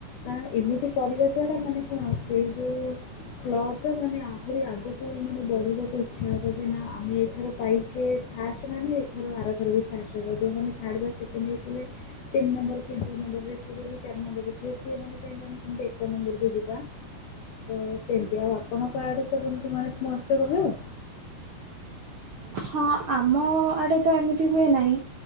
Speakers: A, on the left (about 70°); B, on the right (about 70°).
A: ଆ ଏମିତି କରିବା ଦ୍ଵାରା ମାନେ କଣ ସେଇ ଯୋଉ କ୍ଲବର ମାନେ ଆହୁରି ଆଗକୁ ମାନେ ବଢିବାକୁ ଇଚ୍ଛା ହବ ଯେ ନା ଆମେ ଏଥର ପାଇଛେ ଫାଷ୍ଟ ପାଇଚେ ମାନେ ଆର ଥର ବି ଫାର୍ଷ୍ଟ ହେବା ଯୋଉ ମାନେ ଥାର୍ଡ ବା ସେକେଣ୍ଡ ହେଇଥିବେ ତିନ ନମ୍ବର କି ଦୁଇ ନମ୍ବର ରେ ଥିବ କି ଚାରି ନମ୍ବର ଥିବେ ସେ ମାନେ ଚାହିଁବେ କି ଆମେ କେମିତି ଏକ ନମ୍ବରକୁ ଯିବା। ତ ସେମିତି ଆଉ ଆପଣଙ୍କ ଆଡେ ସବୁ ଏମିତି ଗଣେଶ ମହୋତ୍ସବ ହୁଏ।
B: ହଁ ଆମ ଆଡେ ତ ଏମିତି ହୁଏ ନାହିଁ।